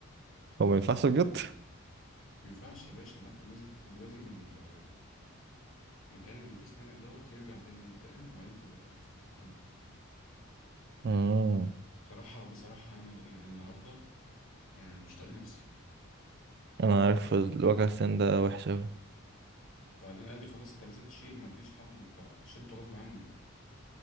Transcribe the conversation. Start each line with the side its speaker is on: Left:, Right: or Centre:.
Right: هو ما ينفعش بجد
Left: ينفعش يا باشا لا لازم ت- لازم ال- المكان اللي فيه سنانك دوت يرجع تاني يلتئم وبعدين تبقى تحفر فيه تاني
Right: امم
Left: بصراحة بصراحة انا يعني النهاردة يعني مش طايق نفسي
Right: انا عارف الوجع السن ده وحش اوي
Left: وبعدين قال لي خلاص انت لازم تشيل ما فيش حل فشيلته غصب عني يعني